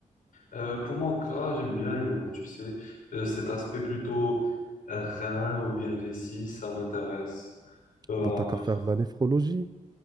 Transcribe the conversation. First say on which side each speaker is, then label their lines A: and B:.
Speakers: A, on the left; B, on the right.
A: Euh, pour mon cas, j'aime bien l'uro, tu sais. Euh, cet aspect plutôt rein ou bien vessie, ça m'intéresse. Euh,
B: Bah, t'as
A: après,
B: qu'à faire de la néphrologie.